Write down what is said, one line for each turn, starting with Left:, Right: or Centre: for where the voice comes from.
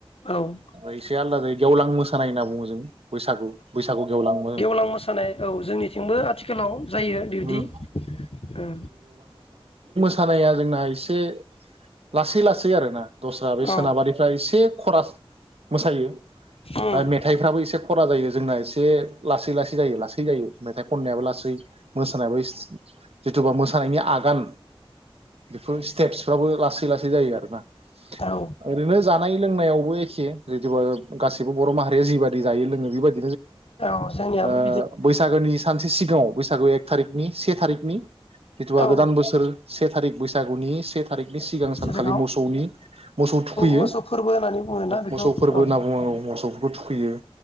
Left: औ
Right: फ् एसे आलदा गेवलां मोसानाय होनना बुङो जों बैसागु बैसागु गेवलां मोन
Left: लां मोसानाय औ जोंनिथिंबो आथिखालाव जायो बिबदि
Right: उम
Left: औ
Right: खानाया जोंना एसे लासै लासै आरोना दस्रा बे
Left: औ
Right: सोनाबारिफ्रा एसे खरास मोसायो
Left: उम
Right: मेथाइफ्राबो एसे खरा जायो जोंना एसे ए लासै लासै लासै जायो लासै जायो मेथाइ खननायाबो लासै मोसानायाबो जिथुबा मोसानायनि आगान बेफोर स्टेप्सफ्राबो लासै लासै जायो आरोना
Left: औ
Right: ओरैनो जानाय लोंनायावबो एखे जितु गासैबो बर' माहारिया जिबायदि जायो लोङो बेबायदि
Left: औ जोंनिआवबो
Right: बैसागोनि सानसे सिगाङाव बैसागो एक थारिकनि से थारिखनि जिथुवा गोदान
Left: औ
Right: बोसोर से थारिख बैसागुनि से थारिखनि सिगां सानखालि
Left: जेरगाव
Right: मोसौनि मोसौ थुखैयो
Left: मोसौ फोरबो होननानै बुङोना बेखौ
Right: मोसौ फोरबो
Left: औ
Right: होनना बुङो मोसौफोरखौ थुख खैयो